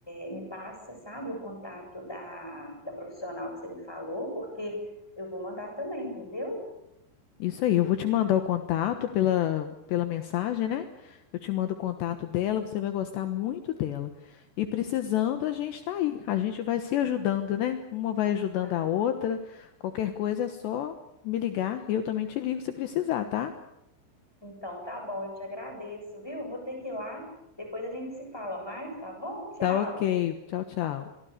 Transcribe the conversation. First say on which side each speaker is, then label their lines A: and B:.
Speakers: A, in the centre; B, on the left.
A: é, me passa, sabe, o contato da, da profissional que você me falou, porque eu vou mandar também, entendeu?
B: Isso aí, eu vou te mandar o contato pela, pela mensagem, né? Eu te mando o contato dela, você vai gostar muito dela. E precisando, a gente está aí. A gente vai se ajudando, né? Uma vai ajudando
A: Ah.
B: a outra. Qualquer coisa é só me ligar e eu também te ligo se precisar, tá?
A: Então, tá bom, eu te agradeço, viu? Vou ter que ir lá. Depois a gente se fala mais, tá bom? Tchau.
B: Tá ok. Tchau, tchau.